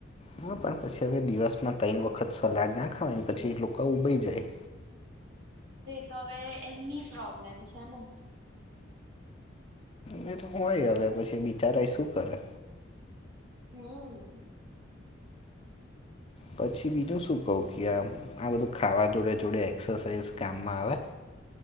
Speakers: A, on the left; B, on the right.
A: હા પણ પછી હવે દિવસમાં ત્રણ વખત સલાડ ના ખાવા પછી એ લોકો ઊબઈ જાય.
B: તે તો હવે એમની પ્રોબ્લેમ છે ને
A: હ એ તો હોય હવે પછી બિચારા શું કરે
B: હમ્મ.
A: પછી બીજું શું કહું કે આમ આ બધું ખાવા જોડે જોડે એક્સરસાઇઝ કામમાં આવે.